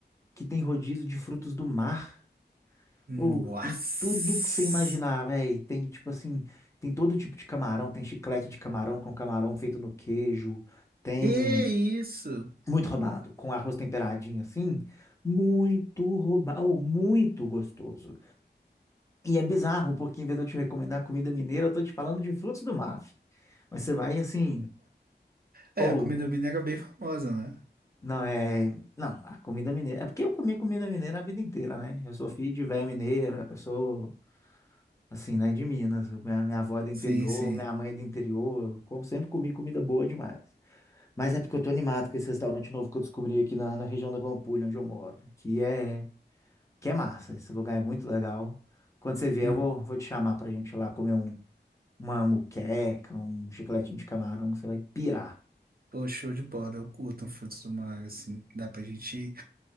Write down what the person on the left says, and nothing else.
que tem rodízio de frutos do mar.
Pô, tem tudo que você imaginar, velho. Tem, tipo assim, tem todo tipo de camarão. Tem chiclete de camarão com camarão feito no queijo. Tem
muito roubado, com arroz temperadinho assim. Muito roubado, muito gostoso. E é bizarro, porque em vez de eu te recomendar comida mineira, eu tô te falando de frutos do mar. fi. Mas você vai assim.
Ou
Não, é. Não, a comida mineira. É porque eu comi comida mineira a vida inteira, né? Eu sou filho de véia mineira, eu sou, assim, né, de Minas. Minha, minha avó é do interior,
minha mãe é do interior. Eu co- sempre comi comida boa demais. Mas é porque eu tô animado com esse restaurante novo que eu descobri aqui na, na região da Pampulha, onde eu moro, que é, que é massa. Esse lugar é muito legal. Quando você vier,
eu vou, vou te chamar pra gente ir lá comer um, uma muqueca, um chicletinho de camarão, que você vai pirar.